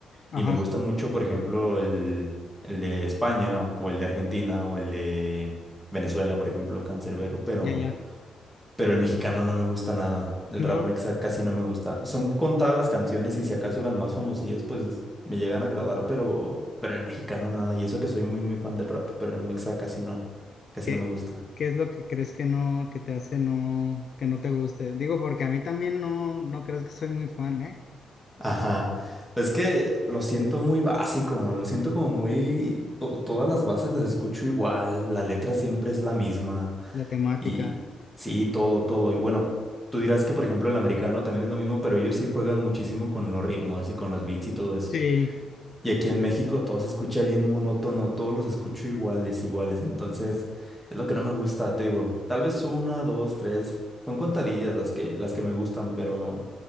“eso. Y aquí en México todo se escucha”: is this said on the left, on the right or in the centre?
Centre